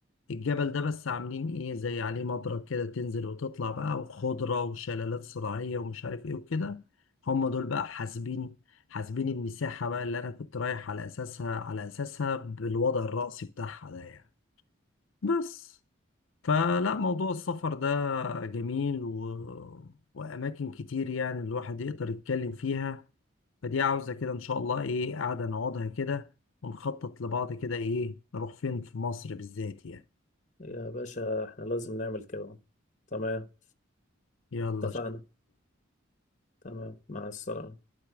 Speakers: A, on the left (about 80°); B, on the left (about 35°).
A: الجبل ده بس عاملين ايه زي عليه مضرب كده تنزل وتطلع بقى وخضرة وشلالات صناعية ومش عارف ايه وكده هم دول بقى حاسبين حاسبين المساحة بقى اللي انا كنت رايح على اساسها على اساسها بالوضع الرأسي بتاعها ده يعني بس فلا موضوع السفر ده جميل و... واماكن كتير يعني الواحد يقدر يتكلم فيها فدي عاوزة كده ان شاء الله ايه قاعدة نقعدها كده ونخطط لبعض كده ايه نروح فين في مصر بالذات يعني
B: يا باشا احنا لازم نعمل كده تمام
A: يلا
B: اتفقنا
A: شكرا
B: تمام مع السلامة